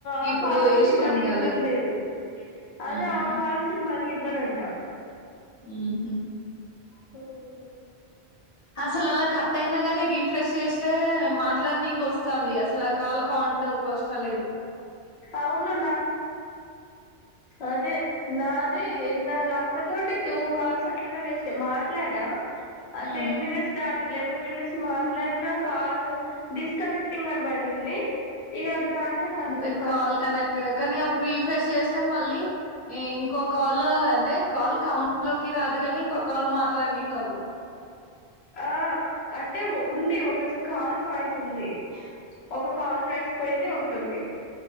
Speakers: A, on the left; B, on the left.
A: ఆ
B: ఇప్పుడు
A: కాల్స్
B: వేస్ట్
A: కి మనీ
B: ఏం కాలేదు
A: ఇవ్వట్లేదు అదే
B: ఉమ్
A: ఆ కాల్స్ కి మణి ఎవ్వరంట
B: హ్మ్ హ్మ
A: చల్లగా ఉంది
B: అసలు అలా కట్ అయినా కాని రీఫ్రెష్ చేస్తే మాట్లాడనీకు వస్తుంది అసలు ఆ కాల్ కౌట్ <unintelligible> వస్తాలేదు
A: అవును నా అదే నాది ఇందకల అక్క తోటి టూ కాల్స్ అట్లానే వేస్ట్ మాట్లాడా ఆ
B: ఉమ్
A: టెన్ మినిట్స్ దాటి ఎలెవెన్ మినిట్స్ మాట్లాడిన కాల్ డిస్కనెక్టింగ్ అని పడింది ఈగ అది రానే రాలేదు
B: అంతే కాల్ కనెక్ట్ కానీ అప్పుడు రీఫ్రెష్ చేస్తే మళ్ళీ ఏ ఇంకో కాల్ అంటే కాల్ కౌంట లోకి రాదు కాని ఇంకో కాల్ మాట్లాడికి అవు
A: ఆ అంటే ఉంది ఒక చ కాల్ చాయిస్ ఉంది ఒక కాల్ చాయిస్ పోయింది ఒకటి ఉంది